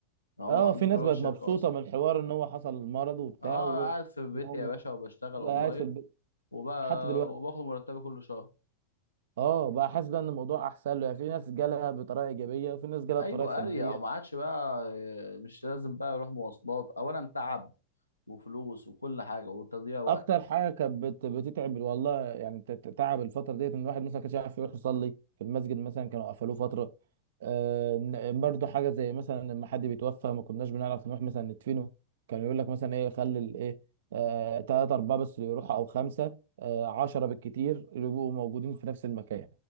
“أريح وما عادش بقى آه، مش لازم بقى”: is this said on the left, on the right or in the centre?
Left